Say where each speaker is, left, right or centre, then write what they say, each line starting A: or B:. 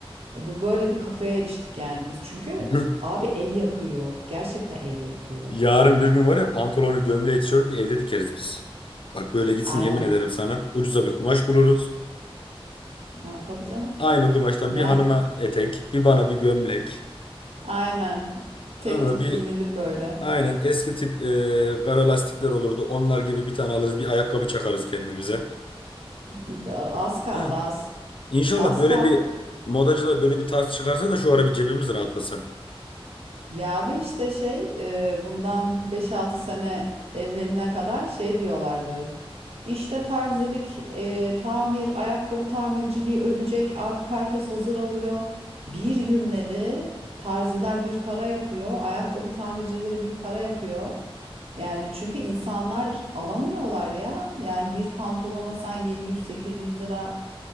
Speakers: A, on the right; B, on the left.
A: Ya Bu böyle bir kafaya eriştik yani biz. Çünkü
B: <laughs>
A: t- abi el yakıyor. Gerçekten el yakıyor.
B: Yarın bir gün var ya pantolonu, gömleği, tişörtü evde dikeriz biz. Bak böyle gitsin
A: Aynen.
B: yemin ederim sana. Ucuza bir kumaş buluruz.
A: Ha, tabii canım.
B: Aynı kumaştan
A: Yani
B: bir hanıma etek, bir bana bir gömlek.
A: aynen. Tek
B: Anladın
A: tip
B: mı? bir
A: giyinilir böyle.
B: aynen eski tip e, kara lastikler olurdu. Onlar gibi bir tane alırız, bir ayakkabı çakarız kendimize.
A: Da- Az kaldı
B: <laughs>
A: az.
B: İnşallah
A: Az
B: böyle
A: kaldı.
B: bir modacılar böyle bir tarz çıkarsa da şu ara bir cebimiz rahatlasa.
A: Ya abi işte şey e, bundan beş altı sene evveline kadar şey diyorlardı. İşte terzilik, e, tamir, ayakkabı tamirciliği ölecek. Artık herkes hazır alıyor. Bir gümlede terziler bir para yapıyor. Ayakkabı tamircileri bir para yapıyor. Yani çünkü insanlar alamıyorlar ya. Yani bir pantolona sen 700-800 lira